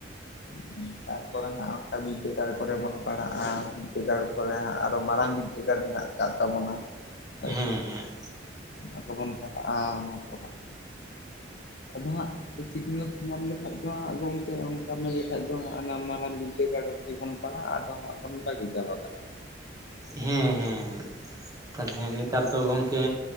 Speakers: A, on the left; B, on the right.
A: ᱾ ᱛᱟᱨᱯᱚᱨᱮ ᱦᱟᱸᱜ ᱚᱱᱠᱟ ᱵᱤᱫᱽᱫᱟᱹᱜᱟᱲ ᱠᱚᱨᱮ ᱵᱚᱱ ᱯᱟᱲᱦᱟᱜᱼᱟ, ᱵᱤᱫᱽᱫᱟᱹᱜᱟᱲ ᱠᱚᱨᱮ ᱦᱟᱸᱜ ᱟᱨᱚ ᱢᱟᱨᱟᱝ ᱵᱤᱫᱽᱫᱟᱹᱜᱟᱲ ᱢᱮᱱᱟᱜ ᱾ ᱦᱮᱱᱟᱜ ᱛᱟᱵᱚᱱᱟ ᱟᱪᱪᱷᱟ,
B: ᱦᱮᱸ ᱦᱮᱸ
A: ᱟᱫᱚ ᱵᱚᱱ ᱯᱟᱲᱦᱟᱜᱼᱟ ᱚᱱᱟᱠᱚᱫᱚ ᱾ ᱟᱫᱚ ᱦᱟᱸᱜ ᱥᱤᱠᱷᱱᱟᱹᱛ ᱧᱟᱢ ᱞᱮᱠᱟᱱ ᱫᱚ ᱦᱟᱸᱜ ᱜᱚᱢᱠᱮ ᱚᱱᱠᱟ ᱢᱮᱱ ᱞᱮᱠᱷᱟᱼᱼ ᱟᱹᱫᱚ ᱦᱟᱸᱜ ᱱᱟ ᱢᱟᱨᱟᱝ ᱵᱤᱫᱽᱫᱟᱹᱜᱟᱲ ᱨᱮᱜᱮ ᱵᱚᱱ ᱯᱟᱲᱦᱟᱜᱼᱟ ᱟᱫᱚ ᱦᱟᱸᱜ ᱵᱚᱱ ᱵᱟᱹᱜᱤ ᱪᱟᱵᱟ ᱠᱟᱜᱼᱟ ᱾
B: ᱦᱮᱸ ᱦᱮᱸ ᱛᱟᱞᱦᱮ ᱱᱮᱛᱟᱨ ᱫᱚ ᱜᱚᱝᱠᱮ